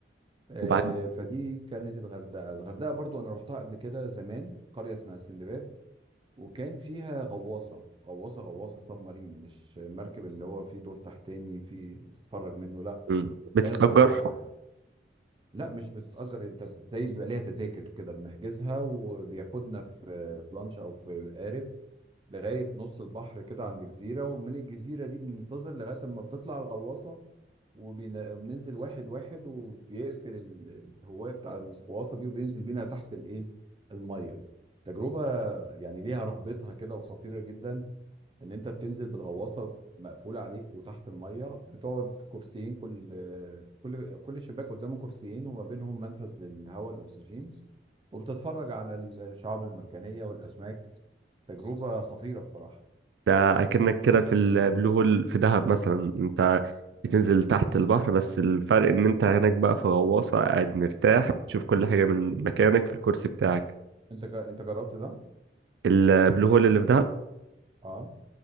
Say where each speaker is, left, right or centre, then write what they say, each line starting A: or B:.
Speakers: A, on the right; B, on the right.
A: آه،
B: وبعد
A: فدي كانت الغردقه الغردقه برضو انا رحتها قبل كده زمان قريه اسمها السندباد وكان فيها غواصه غواصه غواصه سب مارين مش مركب اللي هو فيه دور تحتاني فيه تتفرج منه لا
B: مم. بتتأجر
A: كانت غواصه يعني لا مش بتتأجر انت زي بيبقى ليها تذاكر كده بنحجزها وبياخدنا في في لانش او في قارب لغاية نص البحر كده عند جزيرة ومن الجزيرة دي بننتظر لغاية لما بتطلع الغواصة وبين- وبننزل واحد واحد وبيقفل ال- الهواية بتاع الغواصة دي وبينزل بينا تحت الإيه المية تجربة يعني ليها رهبتها كده وخطيرة جدا ان انت بتنزل بالغواصه مقفوله عليك وتحت الميه بتقعد كرسيين كل كل كل شباك قدامه كرسيين وما بينهم منفذ للهواء الاكسجين وبتتفرج على الشعاب المرجانيه والاسماك تجربه خطيره بصراحه
B: ده أكنك كده في البلو هول في دهب مثلا أنت بتنزل تحت البحر بس الفرق إن أنت هناك بقى في غواصة قاعد مرتاح تشوف كل حاجة من مكانك في الكرسي بتاعك
A: انت جا- انت جربت ده
B: البلو هول اللي في دهب
A: اه